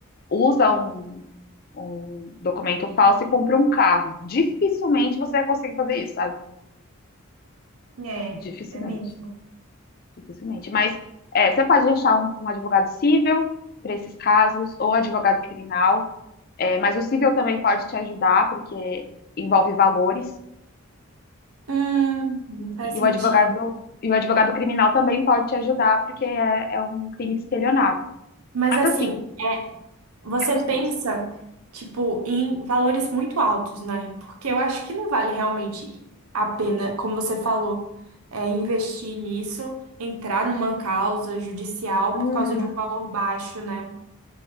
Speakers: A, on the left (about 40°); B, on the right (about 80°).
A: usa um, um documento falso e compra um carro. Dificilmente você vai conseguir fazer isso, sabe?
B: É,
A: Dificilmente,
B: é mesmo.
A: dificilmente. Mas é, você pode achar um, um advogado civil para esses casos ou advogado criminal. É, mas o civil também pode te ajudar porque envolve valores.
B: Hum, faz
A: E
B: sentido.
A: o advogado, e o advogado criminal também pode te ajudar, porque é, é um crime de estelionato.
B: Mas
A: Mas
B: assim,
A: assim,
B: você
A: é custoso.
B: pensa, tipo, em valores muito altos, né? Porque eu acho que não vale realmente a pena, como você falou, é, investir nisso, entrar numa causa judicial
A: Uhum.
B: por causa de um valor baixo, né?